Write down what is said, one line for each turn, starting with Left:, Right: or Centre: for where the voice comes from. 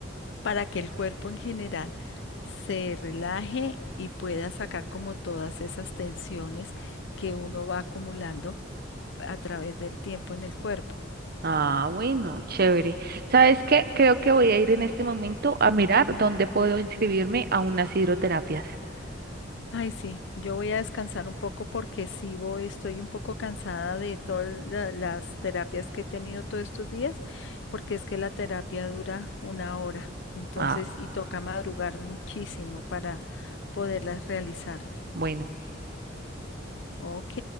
Left: para que el cuerpo en general se relaje y pueda sacar como todas esas tensiones que uno va acumulando a través del tiempo en el cuerpo.
Right: Ah, bueno, chévere. ¿Sabes qué? Creo que voy a ir en este momento a mirar dónde puedo inscribirme a unas hidroterapias.
Left: Ay, sí, yo voy a descansar un poco porque sí voy, estoy un poco cansada de todas la- las terapias que he tenido todos estos días, porque es que la terapia dura una hora, entonces,
Right: Ah,
Left: y toca madrugar muchísimo para poderlas realizar.
Right: bueno.
Left: Ok.